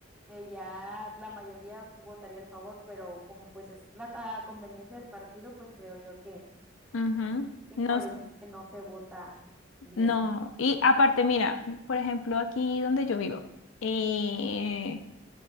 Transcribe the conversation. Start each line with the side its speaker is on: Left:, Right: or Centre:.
Centre: que ya la mayoría votaría al favor, pero como pues es la a conveniencia del partido, pues creo yo que,
Left: ujú.
Centre: que
Left: No,
Centre: por
Left: s-
Centre: eso es que no se vota bien.
Left: no. Y aparte, mira, por ejemplo, aquí donde yo vivo, eh,